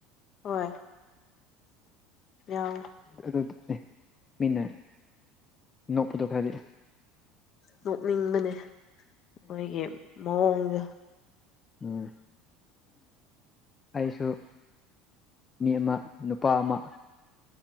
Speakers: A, on the left; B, on the left.
A: ꯍꯣꯏ ꯌꯥꯎꯋꯦ
B: ꯑꯗꯨ ꯃꯤꯟꯅ ꯅꯣꯛꯄꯗꯣ ꯈꯔꯗꯤ
A: ꯅꯣꯛꯅꯤꯡꯕꯅꯦ ꯃꯣꯏꯒꯤ ꯃꯑꯣꯡꯁꯦ
B: ꯎꯝ ꯑꯩꯁꯨ ꯃꯤ ꯑꯃ ꯅꯨꯄꯥ ꯑꯃ